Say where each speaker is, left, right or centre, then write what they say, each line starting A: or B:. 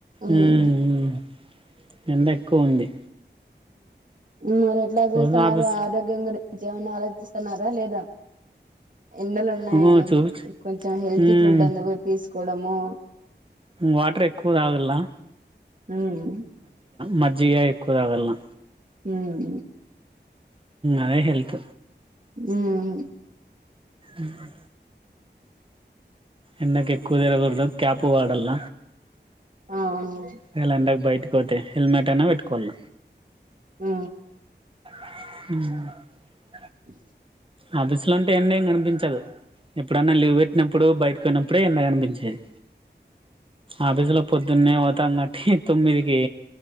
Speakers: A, on the right; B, on the right.
A: మ్
B: ఉమ్ ఎండ ఎక్కువ ఉంది
A: మరి ఎట్లా చూస్తున్నారు
B: రోజు ఆఫీస్
A: ఆరోగ్యం గు రించి ఏమన్న ఆలోచిస్తన్నారా లేదా ఎండలు ఉన్నాయని
B: ఉమ్ చూపించు
A: కొంచెం హెల్తీ
B: ఉమ్
A: ఫుడ్ అందుగో తీసుకోడము
B: వాటర్ ఎక్కువ తాగలా
A: మ్
B: మజ్జి ఎక్కువ తాగల్నా
A: హ్మ్
B: అదే హెల్త్
A: ఉమ్
B: ఉమ్ ఎండకి ఎక్కువ తగలకూడదు క్యాపు వాడల్న
A: అవును
B: ఇయాలా ఎండకు బయటకి పోతే హెల్మెట్ అయినా పెట్టుకోవల,
A: ఆ
B: అ
A: <unintelligible>
B: ఆఫీస్ లో ఉంటే ఎండ ఏం కనిపించదు, ఎప్పుడన్నా లీవ్ పెట్టినప్పుడు బయటకు పోయినపుడే ఎండ కానిపించేది, ఆఫీసు లో పొద్దున్నే పోతాం కట్టి తొమ్మిదికి